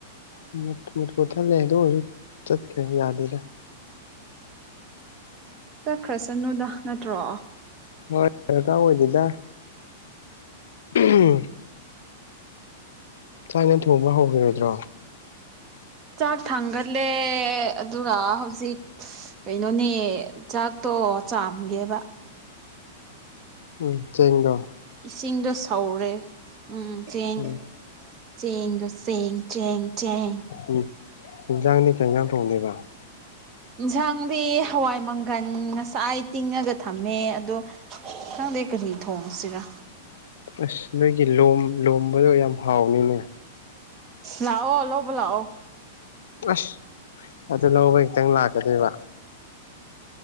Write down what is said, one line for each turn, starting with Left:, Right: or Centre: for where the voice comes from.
Left: ꯃꯨ ꯃꯨꯠ ꯃꯨꯊꯠꯂꯦ ꯑꯗꯨ ꯑꯣꯏꯁꯨ ꯆꯠꯈ꯭ꯔꯦ ꯌꯥꯗꯦꯗ
Right: ꯆꯠꯈ꯭ꯔꯁꯅꯨꯗ ꯅꯠꯇ꯭ꯔꯣ
Left: ꯍꯣꯏ ꯗꯔꯀꯥꯔ ꯑꯣꯏꯗꯦꯗ ꯎꯍꯨꯝ ꯊꯥꯏꯅ ꯊꯣꯡꯕ ꯍꯧꯈꯤꯔꯣꯏꯗ꯭ꯔꯣ
Right: ꯆꯥꯛ ꯊꯥꯡꯒꯠꯂꯦ ꯑꯗꯨꯒ ꯍꯧꯖꯤꯛ ꯀꯩꯅꯣꯅꯦ ꯆꯥꯛꯇꯣ ꯆꯥꯝꯒꯦꯕ
Left: ꯎꯝ ꯆꯦꯡꯗꯣ
Right: ꯏꯁꯤꯡꯗꯣ ꯁꯧꯔꯦ ꯎꯝ ꯆꯦꯡ
Left: ꯎꯝ
Right: ꯆꯦꯡꯗꯣ ꯆꯦꯡ ꯆꯦꯡ ꯆꯦꯡ
Left: ꯎꯝ ꯌꯦꯟꯁꯥꯡꯗꯤ ꯀꯩꯥꯢꯟꯖꯥꯡ ꯊꯣꯡꯗꯣꯢꯕ
Right: ꯏꯟꯁꯥꯡꯗꯤ ꯍꯋꯥꯏ ꯃꯪꯒꯟ ꯉꯁꯥꯏ ꯇꯤꯡꯉꯒ ꯊꯝꯃꯦ ꯑꯗꯣ ꯈꯪꯗꯦ ꯀꯔꯤ ꯊꯣꯡꯁꯤꯔ
Left: ꯑꯁ ꯅꯣꯏꯒꯤ ꯂꯝ ꯂꯣꯝꯕꯗꯣ ꯌꯥꯝ ꯍꯥꯎꯅꯤꯅꯦ
Right: ꯂꯥꯛꯑꯣ ꯂꯧꯕ ꯂꯥꯛꯑꯣ
Left: ꯑꯁ ꯑꯗꯨ ꯂꯧꯕ ꯈꯤꯇꯪ ꯂꯥꯛꯀꯗꯣꯏꯕ